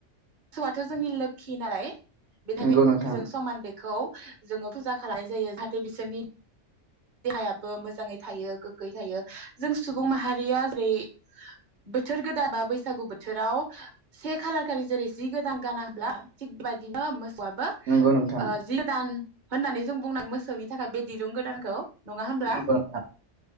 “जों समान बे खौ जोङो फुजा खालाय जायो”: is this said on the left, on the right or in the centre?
Right